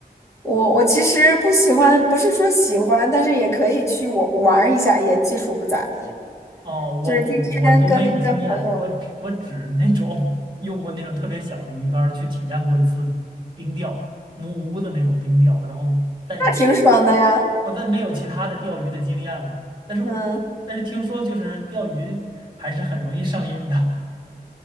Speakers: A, on the left (about 20°); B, on the right (about 30°).
A: 我我其实不喜欢，不是说喜欢，但是也可以去我玩儿一下，也技术不咋地。
B: 哦，我我我都没有经验，
A: 就是今天跟那个朋友，
B: 我只我只那种用过那种特别小的鱼竿儿去体验过一次冰钓，木屋的那种冰钓，然后在
A: 那挺爽的呀，
B: 我再没有其他的钓鱼的经验了，但是我但是听说就是钓鱼还是很容易上瘾的。
A: 嗯。